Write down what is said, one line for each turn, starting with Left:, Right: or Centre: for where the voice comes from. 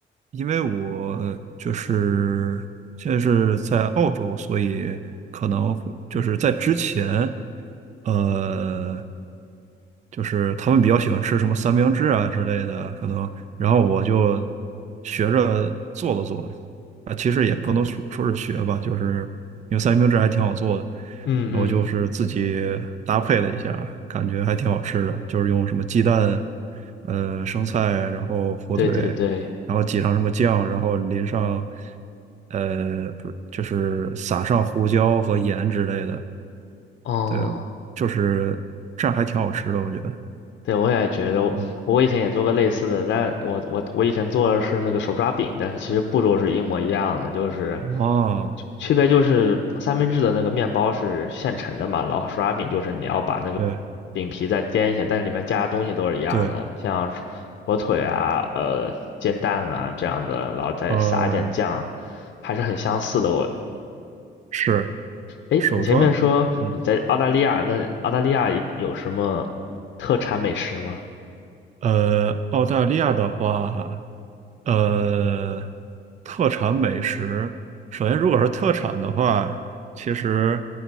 Right: 因为我就是现在是在澳洲，所以可能会就是在之前，呃，就是他们比较喜欢吃什么三明治啊之类的，可能，然后我就学着做了做，啊，其实也不能说说是学吧，就是因为三明治还挺好做的，
Left: 嗯嗯，
Right: 然后就是自己搭配了一下，感觉还挺好吃的，就是用什么鸡蛋、呃生菜，然后火腿，
Left: 对对对，
Right: 然后挤上什么酱，然后淋上呃不是就是撒上胡椒和盐之类的，
Left: 哦，
Right: 对，就是这样还挺好吃的，我觉得。
Left: 对我也觉得我我以前也做过类似的，
Right: 嗯，
Left: 但我我我以前做的是那个手抓饼，但是其实步骤是一模一样的，就是。
Right: 哦，
Left: 就区别就是三明治的那个面包是现成的嘛，老手抓饼就是你要把那个
Right: 对
Left: 饼皮再煎一下，但里面加的东西都是一样的，
Right: 对，
Left: 像是火腿啊、呃煎蛋啊这样的，然后再撒一点酱，
Right: 呃，
Left: 还是很相似的。我，
Right: 是
Left: 诶，
Right: 手抓饼，
Left: 你前面说你在澳大利亚，
Right: 嗯。
Left: 那澳大利亚有有什么特产美食吗？
Right: 呃，澳大利亚的话，呃，特产美食，首先如果是特产的话，其实